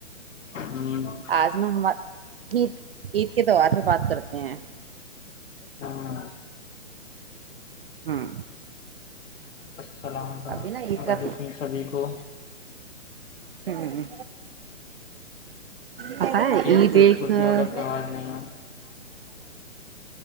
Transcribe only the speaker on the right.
آج نا ہمار عید عید کے تہوار پ بات کرتے ہیں
ہوں
ابھی نا عید
کا
ہوں پت ہے
یہ
دیک
ھم